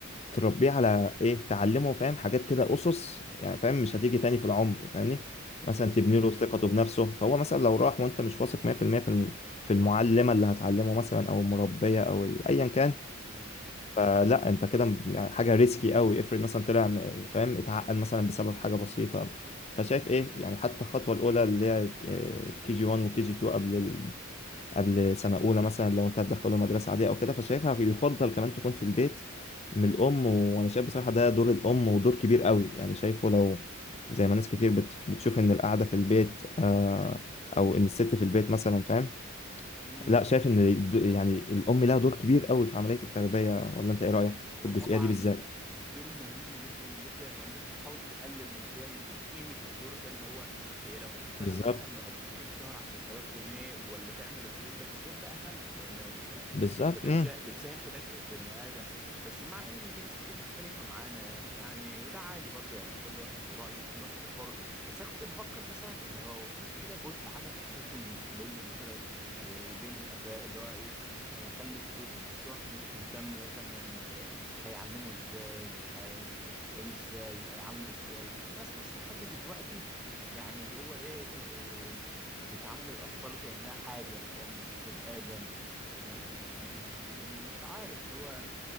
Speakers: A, on the left; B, in the centre.
A: تربيه على ايه تعلمه فاهم حاجات كده اسس يعني فاهم مش هتيجي تاني في العمر فاهمني مثلا
B: امم
A: تبني له ثقته بنفسه فهو مثلا لو راح وانت مش واثق 100% في المية في الم- في المعلمه اللي هتعلمه مثلا او المربيه او ال- ايا كان
B: امم
A: فلا انت كده م- يعني حاجه ريسكي قوي افرض مثلا طلع م- فاهم اتعقد مثلا بسبب حاجه بسيطه فشايف ايه يعني حتى الخطوه الاولى اللي هي كي جي 1 وكي جي 2 قبل ال... قبل سنه اولى مثلا لو انت هتدخله مدرسه عاديه او كده فشايفها يفضل كمان تكون في البيت من الام وانا شايف بصراحه ده دور الام ودور كبير قوي يعني شايفه لو زي ما ناس كتير بت... بتشوف ان القعده في البيت آه... او ان الست في البيت مثلا فاهم
B: امم
A: لا شايف ان الد- يعني الام لها دور كبير قوي في عمليه التربيه ولا انت ايه رايك
B: هو
A: في الجزئيه
B: طبعا
A: دي بالذات
B: الدور مهم جدا جدا هي الناس بتحاول تقلل نسبيا من قيمة الدور ده ان هو هي لو هتشتغل
A: بالظبط
B: مثلا وهتجيب في الشهر 10000 جنيه ولا تعمل الدور ده فالدور ده اهم لانه انت
A: بالظبط
B: فبتشا...
A: امم
B: بتساهم في نشأة بني آدم بس مع ان إن في ناس كتير مختلفة معانا يعني وده عادي برضو يعني كل واحد ورأيه كل واحد وحر بس انا كنت بفكر مثلا ان هو في كده جزء عدم احساس بالمسؤولية مثلا آه، بين الآباء اللي هو ايه آه، خلف طفل بس هو مش مهتم مثلا آه، هيعلمه ازاي هيحتويه ازاي هيعامله ازاي في ناس لسه لحد دلوقتي يعني اللي هو ايه آه، بتعامل الأطفال كأنها حاجة فاهم مش بني آدم أم، مش عارف اللي هو